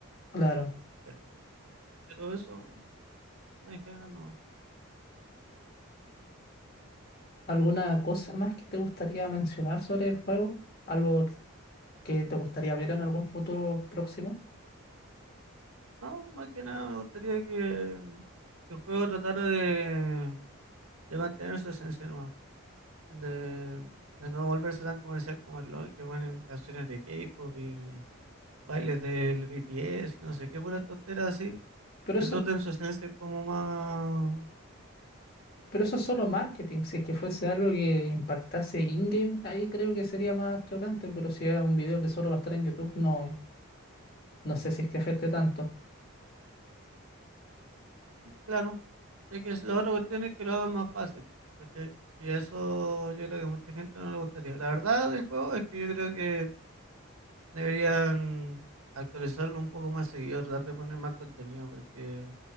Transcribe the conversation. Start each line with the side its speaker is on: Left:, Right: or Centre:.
Left: Claro.
Right: Pero, pero eso, en general, no.
Left: ¿Alguna cosa más que te gustaría mencionar sobre el juego? ¿Algo que te gustaría ver en algún futuro próximo?
Right: No, más que nada me gustaría que, que el juego tratara de, de mantener su esencia nomás, de, de no volverse tan comercial como el LOL, que ponen canciones de K-pop y bailes del BTS y no sé qué, pura tontera así.
Left: Pero
Right: El
Left: eso
Right: Dota en su esencia es como más,
Left: Pero eso es solo marketing. Si es que fuese algo que impactase in-game, ahí creo que sería más chocante. Pero si es un video que solo va a estar en YouTube, no, no sé si es que afecte tanto.
Right: claro, es que es- la otra cuestión es que lo hagan más fácil, ¿cachai? Y eso yo creo que a mucha gente no le gustaría. La verdad del juego es que yo creo que Deberían actualizarlo un poco más seguido, tratar de poner más contenido, porque